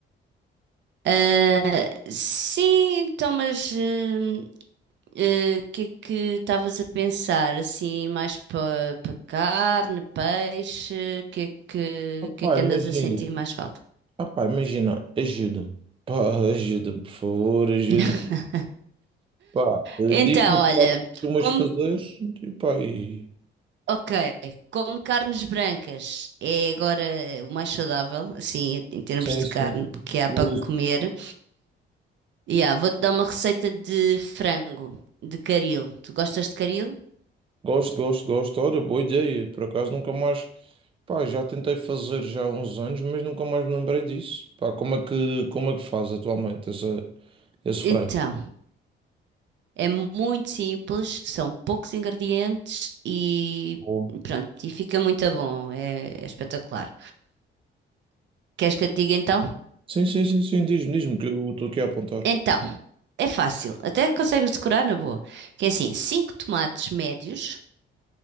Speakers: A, on the right (about 65°); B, on the right (about 25°).
A: Ah, sim, então, mas hum, ah, o que é que estavas a pensar? Assim, mais para carne, peixe, o que é que,
B: Ah, pá,
A: o que é que
B: imagina.
A: andas a sentir mais falta?
B: Ah, pá, imagina, ajuda-me. Pá, ajuda-me, por favor, ajuda-me.
A: <laughs>
B: Pá, eh,
A: Então,
B: diz-me os
A: olha,
B: pratos que costumas
A: como,
B: fazer. E, pá, e...
A: ok, como carnes brancas é agora o mais saudável, assim, em termos
B: Sim,
A: de
B: sim.
A: carne que há
B: Gosto,
A: para comer. Yeah, vou-te dar uma receita de frango, de caril. Tu gostas de caril?
B: gosto, gosto. gosto. Ora, boa ideia. Por acaso nunca mais. Pá, já tentei fazer já há uns anos, mas nunca mais me lembrei disso. Pá, como é que, como é que faz atualmente essa, esse
A: Então,
B: frango?
A: é muito simples, são poucos ingredientes e
B: Bom.
A: pronto, e fica muito bom, é, é espetacular. Queres que eu te diga então?
B: Sim, sim, sim, sim. Diz-me, diz-me que eu estou aqui a apontar.
A: Então, é fácil, até consegues decorar na boa. Que é assim, 5 tomates médios,